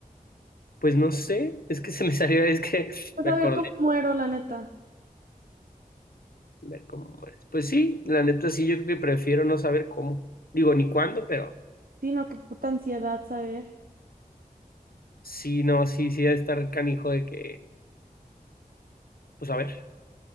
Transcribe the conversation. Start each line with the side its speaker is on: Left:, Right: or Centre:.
Left: Pues no sé, es que se me <laughs> salió, es que
Right: Pues
Left: me
Right: a
Left: acordé
Right: ver cómo muero, la neta.
Left: de ver cómo mueres. Pues sí, la neta sí, yo creo que prefiero no saber cómo. Digo, ni cuándo, pero
Right: Sí, no, qué puta ansiedad saber.
Left: sí, no, sí, sí, debe estar canijo de que, pues a ver,